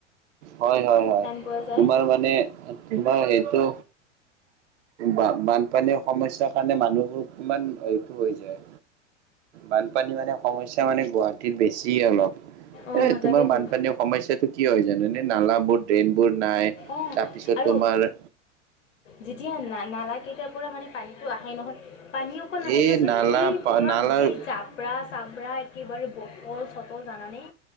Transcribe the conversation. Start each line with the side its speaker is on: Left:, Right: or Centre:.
Right: হয় হয় হয়,
Left: পোৱা যায়
Right: তোমাৰ মানে, তোমাৰ এইটো বা-বানপানীৰ সমস্যাৰ কাৰণে মানুহবোৰ কিমান এইটো হৈ যায়। বানপানী মানে সমস্যা মানে গুৱাহাটীত বেছি অলপ।
Left: অঁ
Right: এ, তোমাৰ
Left: তাকেতো
Right: বানপানী সমস্যাটো কি হয় জানা নে না নালাবোৰ, ড্ৰেইনবোৰ নাই
Left: অঁ
Right: তাৰপিছত
Left: আৰু
Right: তোমাৰ
Left: যেতিয়া না-নালা কেইটাৰ পৰা মানে পানীটো আহে নহয় পানী অকন আহে
Right: এই
Left: দিয়াচোন,
Right: নালা
Left: এই কোলা
Right: নালাৰ
Left: গোটেই জাপ প্ৰা, চাব্ৰা একেবাৰে বটল চটল জানানে?